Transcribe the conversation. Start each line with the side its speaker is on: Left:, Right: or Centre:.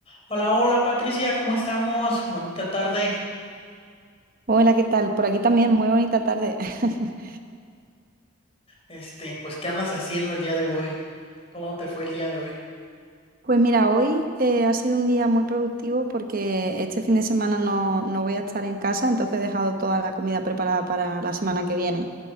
Left: Hola, hola Patricia, ¿cómo estamos? Bonita tarde.
Right: Hola, ¿qué tal? Por aquí también, muy bonita tarde. <laughs>
Left: Este, pues, ¿qué andas haciendo el día de hoy? ¿Cómo te fue el día de hoy?
Right: Pues mira, hoy eh, ha sido un día muy productivo porque este fin de semana no, no voy a estar en casa, entonces he dejado toda la comida preparada para la semana que viene.